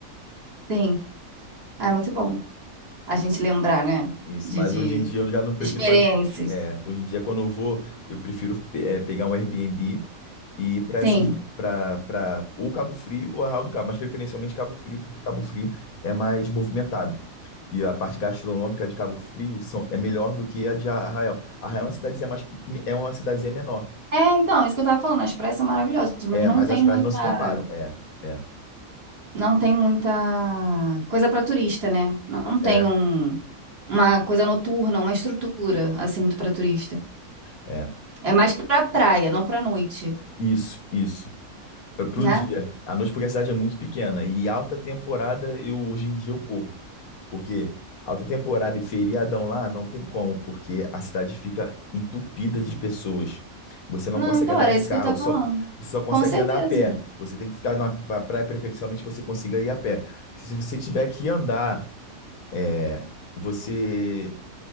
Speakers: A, on the right (about 40°); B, on the left (about 70°).
A: Sim, ah, é muito bom a gente lembrar, né?
B: Isso,
A: De,
B: mas
A: de
B: hoje em dia eu já não prefiro
A: experiências.
B: mais. É, hoje em dia, quando eu vou, eu prefiro é, pegar um Airbnb e ir para
A: Sim.
B: esses para para ou Cabo Frio ou Arraial do Cabo, mas preferencialmente Cabo Frio, porque Cabo Frio é mais movimentado. E a parte gastronômica de Cabo Frio são, é melhor do que a de Arraial. Arraial é uma cidadezinha mais, pe- é uma cidadezinha menor.
A: É, então, isso que eu tava falando, as praias são maravilhosas, mas
B: É,
A: não
B: mas
A: tem
B: as praias
A: muita,
B: não se comparam. É, é,
A: não tem muita coisa para turista, né? Não tem
B: é,
A: um, uma coisa noturna, uma estrutura assim muito para turista.
B: é.
A: É mais para praia, não para noite,
B: Isso, isso. Para
A: né?
B: o dia. À noite, porque a cidade é muito pequena. E alta temporada, eu hoje em dia eu corro. Porque alta temporada e feriadão lá não tem como, porque a cidade fica entupida de pessoas. Você não
A: Não,
B: consegue
A: então
B: andar
A: era
B: de
A: isso
B: carro,
A: que eu tava
B: só,
A: falando.
B: você só consegue
A: Com certeza.
B: andar a pé. Você tem que ficar na pra praia, preferencialmente que você consiga ir a pé. Porque se você tiver que andar, é, você,